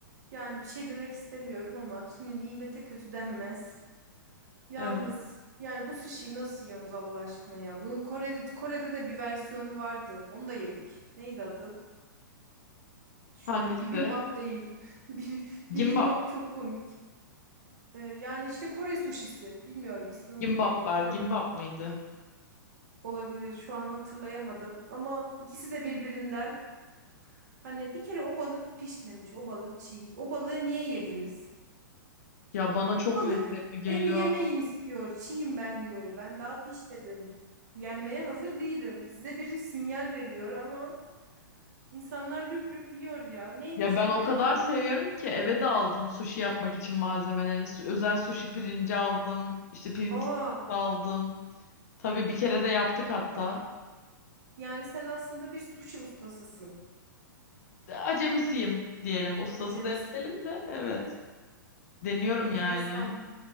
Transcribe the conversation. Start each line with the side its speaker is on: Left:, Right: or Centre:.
Right: yani bir şey demek istemiyorum ama şimdi nimete kötü denmez. Yalnız
Left: Evet.
Right: yani bu sushi'yi nasıl yiyorsunuz Allah aşkına ya? Bunun Kore, Kore'de de bir versiyonu vardı. Onu da yedik. Neydi adı? düşünüyorum.
Left: Hangisi?
Right: Bibimbap değil. <laughs> Bibi-
Left: Gimbap.
Right: Bibimbap çok komik. Ee, yani işte Kore suşisi. Bilmiyorum ismini
Left: Gimbap
Right: unuttum.
Left: var.
Right: Şu
Left: Gimbap
Right: an
Left: mıydı?
Right: olabilir. Şu an hatırlayamadım. Ama ikisi de birbirinden. Hani bir kere o balık pişmemiş. O balık çiğ. O balığı niye yediniz?
Left: Ya bana çok
Right: Balık
Left: lezzetli geliyor.
Right: beni yemeyin istiyor. Çiğim ben diyor. Ben daha pişmedim. Yenmeye hazır değilim. Size bir sinyal veriyor ama insanlar lüp lüp yiyor ya. Neymiş
Left: Ya ben
Right: bir
Left: o
Right: de?
Left: kadar seviyorum ki eve de aldım sushi yapmak için malzemeleri. Su- Özel sushi pirinci aldım. işte pirinç
Right: Aa,
Left: aldım. Tabii bir kere de yaptık hatta.
Right: yani sen aslında bir sushi ustasısın.
Left: E, Acemisiyim diyelim. Ustası
Right: Acemisi.
Left: demeyelim de evet. Deniyorum
Right: Enteresan.
Left: yani.